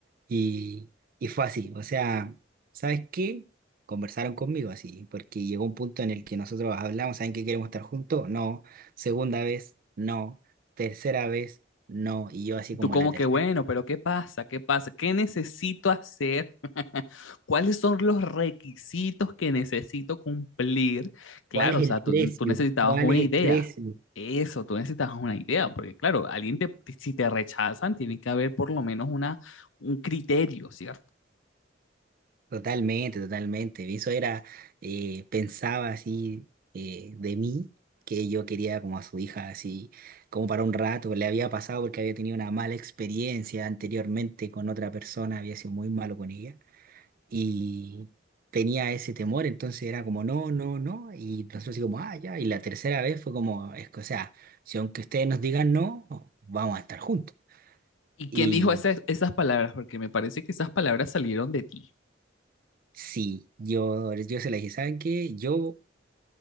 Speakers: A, on the right; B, on the left.
A: y, y fue así. O sea, ¿sabes qué? Conversaron conmigo así, porque llegó un punto en el que nosotros hablamos, ¿saben que queremos estar juntos? No. Segunda vez, no. Tercera vez, no. Y yo así como
B: Tú como
A: la tercera.
B: que bueno, pero ¿qué pasa? ¿Qué pasa? ¿Qué necesito hacer? <laughs> ¿Cuáles son los requisitos que necesito cumplir? Claro,
A: ¿Cuál es
B: o
A: el
B: sea, tú,
A: precio?
B: tú necesitabas
A: ¿Cuál
B: una
A: es
B: idea.
A: el precio?
B: Eso, tú necesitas una idea, porque claro, alguien te, si te rechazan, tiene que haber por lo menos una, un criterio, ¿cierto?
A: Totalmente, totalmente. Eso era, eh, pensaba así eh, de mí, que yo quería como a su hija, así como para un rato, le había pasado porque había tenido una mala experiencia anteriormente con otra persona, había sido muy malo con ella y tenía ese temor, entonces era como, no, no, no, y nosotros así como, ah, ya, y la tercera vez fue como, es que, o sea, si aunque ustedes nos digan no, vamos a estar juntos.
B: ¿Y
A: Y
B: quién dijo esas, esas palabras? Porque me parece que esas palabras salieron de ti.
A: sí, yo, yo se la dije, ¿saben qué? Yo...